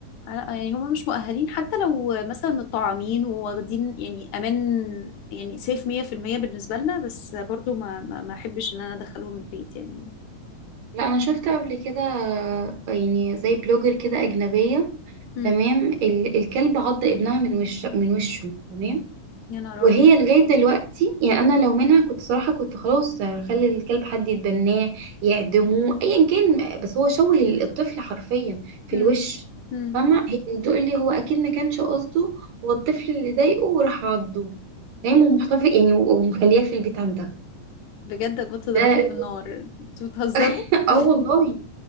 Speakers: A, on the left; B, on the right.
A: آه، لا يعني هما مش مؤهلين حتى لو مثلا متطعمين وواخدين يعني امان يعني سيف 100% بالنسبة لنا بس برضو ما ما ما احبش ان انا ادخلهم البيت يعني
B: لا انا شفت قبل كده آه، يعني زي بلوجر كده اجنبيه
A: امم
B: تمام ال... الكلب عض ابنها من وشه من وشه تمام
A: يا نهار
B: وهي
A: ابيض
B: لغاية دلوقتي يعني أنا لو منها كنت صراحة كنت خلاص خلي الكلب حد يتبناه يعدموه أيا كان بس هو شوه الطفل حرفيا في
A: امم
B: الوش
A: امم
B: فاهمة هي بتقول لي هو أكيد ما كانش قصده هو الطفل اللي ضايقه وراح عضه فاهم ومحتفظ يعني ومخلياه في البيت عندها
A: بجد كنت ضربته
B: ده
A: بالنار انتوا بتهزروا
B: <laughs>
A: <laughs>
B: اه والله